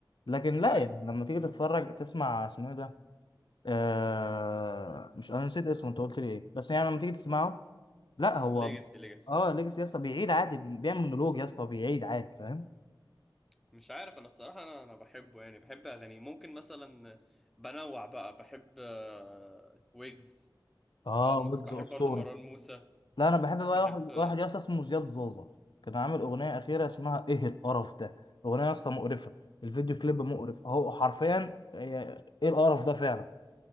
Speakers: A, on the left; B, in the centre.
A: لكن لا
B: اي
A: يعني لما تيجي تتفرج تسمع اسمه إيه ده آه مش انا نسيت اسمه انت قلت لي ايه بس يعني لما تيجي تسمعه لا هو
B: ليجاسي ليجاسي
A: اه ليجاسي يا اسطى بيعيد عادي بيعمل مونولوج يا اسطى بيعيد عادي فاهم
B: مش عارف انا الصراحة انا انا بحبه يعني بحب اغانيه ممكن مثلا بنوع بقى بحب آه، ويجز
A: اه
B: اه ممكن
A: ويجز
B: بحب
A: اسطوري
B: برضو مروان موسى
A: لا انا بحب بقى
B: بحب
A: واحد واحد يا اسطى اسمه زياد زازا كان عامل اغنيه اخيره اسمها ايه القرف ده اغنيه يا اسطى مقرفه الفيديو كليب مقرف اهو حرفيا هي- ايه القرف ده فعلا